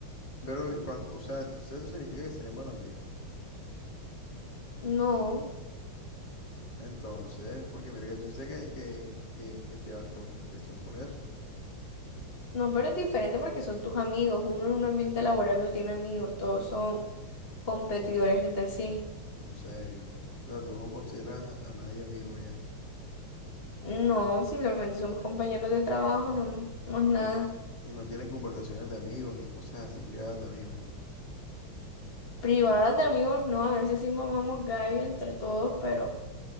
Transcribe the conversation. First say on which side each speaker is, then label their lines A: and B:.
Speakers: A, on the left; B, on the left.
A: Pero, y cuando, o sea, entonces eso significa que seré mal amigo.
B: No,
A: Entonces, porque mira que tú dices que, que, que, que te va otra impresión por eso.
B: no, pero es diferente porque son tus amigos, uno en un ambiente laboral no tiene amigos, todos son competidores
A: Como,
B: entre sí.
A: En serio. O sea, tú no consideras a nadie amigo ya.
B: No, simplemente somos compañeros de trabajo, no, no es nada.
A: Y, y no tienen conversaciones de amigos ni cosas así privadas de amigos, ¿no?
B: Privadas de amigos, no, a veces sí mamamos gallo entre todos, pero